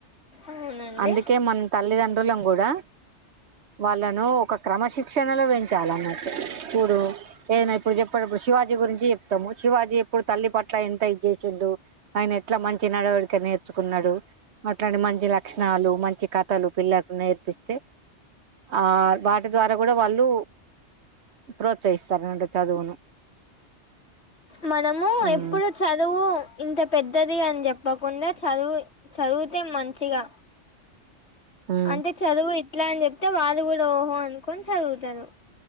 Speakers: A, on the left; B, on the right.
A: అవునండి
B: అందుకే మనం తల్లిదండ్రుల కూడా వాళ్ళను ఒక క్రమశిక్షణలో పెంచాలన్నట్టు ఇప్పుడు ఏదనా ఇప్పుడు చెప్పినప్పుడు శివాజీ గురించి చెప్తాము శివాజీ ఎప్పుడు తల్లి పట్ల ఎంత ఇచ్చే చ్చిండు ఆయన ఎట్లా మంచి నడవడిక నేర్చుకున్నాడు అట్లాంటి మంచి లక్షణాలు మంచి క కతలు పిల్లలకు నేర్పిస్తే ఆ వాటి ద్వారా కూడా వాళ్ళు ప్రోత్సహిస్తారనటు చదువును
A: మనము
B: ఉమ్
A: ఎప్పుడు చదువు ఇంత పెద్దది అని చెప్పకుండా చదువు చదివితే మంచిగా
B: ఉమ్
A: అంటే చదువు ఇట్లా అని చెప్తే వాళ్ళు కూడా ఓహో అనుకొని చదువుతారు